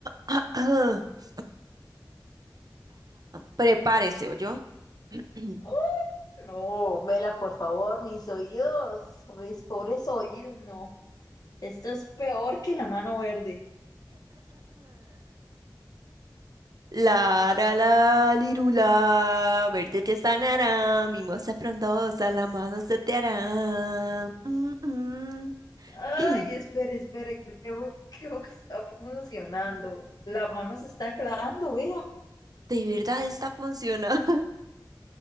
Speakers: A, on the right; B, on the left.
A: <clears throat> Prepárese, ¿oyó? <clears throat>
B: ¡Oh! No, Vela, por favor, mis oídos, mis pobres oídos, no. Esto es peor que la mano verde.
A: La ra la lirula, verde te sanará, mimosa frondosa, la mano se te hará. Mm, mm.
B: Ay,
A: <clears throat>
B: espere, espere, creo, creo que está funcionando. La mano se está aclarando, vea.
A: De verdad está funcionando.